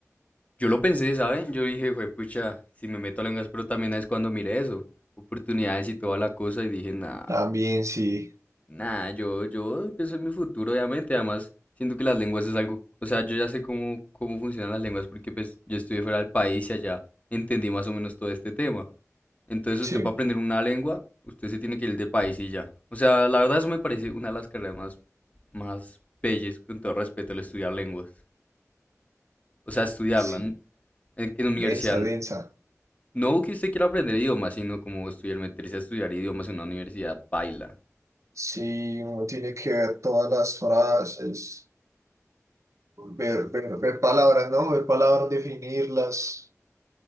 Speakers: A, on the left; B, on the right.
A: Yo lo pensé, ¿saben? Yo dije, güey, pucha, si me meto a lenguas, pero también es cuando miré eso, oportunidades y toda la cosa, y dije, nah,
B: También sí,
A: nah, yo, yo pienso en mi futuro, obviamente, además, siento que las lenguas es algo, o sea, yo ya sé cómo, cómo funcionan las lenguas, porque pues yo estudié fuera del país y allá entendí más o menos todo este tema. Entonces
B: sí.
A: usted para aprender una lengua, usted se tiene que ir del país y ya. O sea, la verdad eso me parece una de las carreras más, más bellas, con todo respeto, el estudiar lenguas. O sea, estudiarla
B: Sí.
A: en, en universidad
B: Densa, densa.
A: No que usted quiera aprender idiomas, sino como estudiar, meterse a estudiar idiomas en una universidad paila.
B: Sí, uno tiene que ver todas las frases, ver, ver, ver palabras, ¿no? Ver palabras, definirlas,